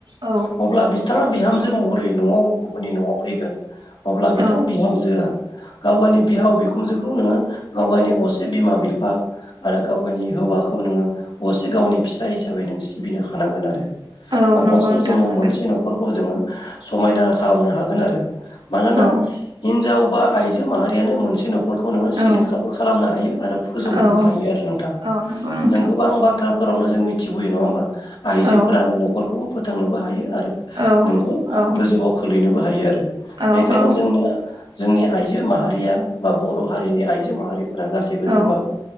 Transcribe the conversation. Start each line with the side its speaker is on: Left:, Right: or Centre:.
Right: औ
Left: अब्ला बिथाङा बिहामजो महरै न'आव गुबुननि न'आव फैगोन अब्ला बिथां
Right: औ
Left: बिहामजोआ गाव गावनि बिहाव बिखुनजोखौ नोङो गाव गावनि असे बिमा बिफा आरो गाव गावनि हौवाखौ नोङो असे गावनि फिसा य हिसाबै नों सिबिनो हानांगोन आरो
Right: औ
Left: अब्लासो
Right: नंगौ नोंथां
Left: जोंङो
Right: होनांगोन
Left: मोनसे न'खरखौ जोंङो समायना खालामनो हागोन आरो मानोना
Right: औ
Left: हिन्जाव बबा आइजो माहारियानो मोनसे न'खरखौ नोङो सिलिंखारबो
Right: औ
Left: खालामनो हायो आरो फोजौनोबो
Right: औ
Left: हायोआरो। नोंथां
Right: औ नंगौ नोंथां
Left: जों गोबां बाथ्राफोरावनो जों मिथिबोयो नङाहोमबा आइजोफोरानो
Right: औ
Left: न'खरखौबो फोथांनोबो हायो आरो
Right: औ
Left: नोंखौ
Right: औ
Left: गोजौआव खोलैनोबो हायोआरो।
Right: औ
Left: बेखायनो
Right: औ
Left: जोंनो जोंनि आइजो माहारिया बा बर' हारिनि आइजो माहारि फोर गासिबो जेनेबा
Right: औ